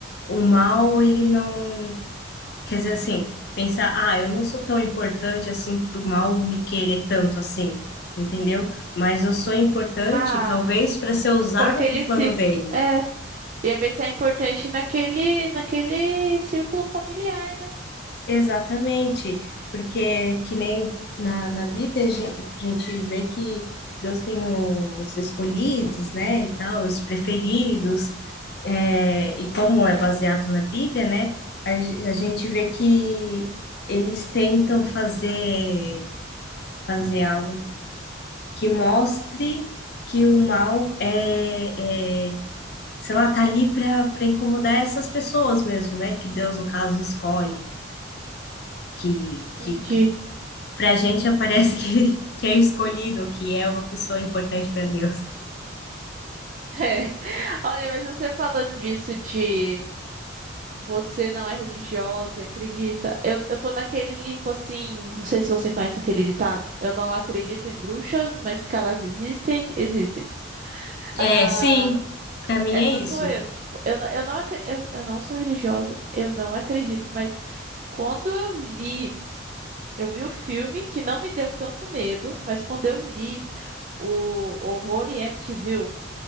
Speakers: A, on the left (about 50°); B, on the right (about 40°).
A: o mal ele não Quer dizer, assim, pensar, ah, eu não sou tão importante assim pro mal me querer tanto assim, entendeu? Mas eu sou importante,
B: Ah,
A: talvez, para ser usada
B: para aquele
A: pro plano
B: ciclo.
A: dele.
B: É, ia ver se é importante naquele, naquele círculo familiar, né?
A: Exatamente, porque que nem na, na Bíblia a gen- a gente vê que Deus tem os escolhidos, né, e tal, os preferidos, é, e como é baseado na Bíblia, né, a, ge- a gente vê que eles tentam fazer fazer algo que mostre que o mal é, é sei lá, tá ali para para incomodar essas pessoas mesmo, né? Que Deus, no caso,
B: Uhum.
A: escolhe, que,
B: Entendi.
A: que, que
B: <laughs>
A: pra gente aparece <laughs> que, ele- que é escolhido, que é uma pessoa importante para Deus.
B: É. Olha, mas você falando disso de Você não é religiosa, e acredita? Eu, eu tô naquele limbo assim, não sei se você conhece aquele ditado. Eu não acredito em bruxas, mas que elas existem, existem.
A: É,
B: Ah,
A: sim, pra mim
B: essa
A: é isso.
B: sou eu, tipo, eu, não- eu não, acre- eu, eu não sou religiosa, eu não acredito, mas quando eu li, eu vi o filme que não me deu tanto medo, mas quando eu li o Horror em Amityville,